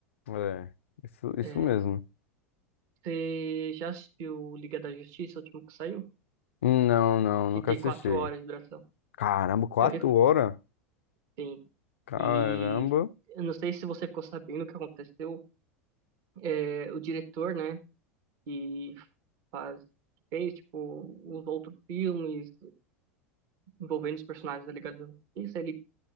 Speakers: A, on the left; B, on the right.
A: É, isso, isso
B: É,
A: mesmo.
B: você já assistiu Liga da Justiça, o último que saiu?
A: Não, não,
B: Que
A: nunca
B: tem
A: assisti.
B: quatro horas de duração.
A: Caramba, quatro
B: Eu
A: horas?
B: recomendo.
A: Caramba.
B: E eu não sei se você ficou sabendo o que aconteceu. É, o diretor, né, que faz, que fez, tipo, os outros filmes envolvendo os personagens da Liga da Justiça, ele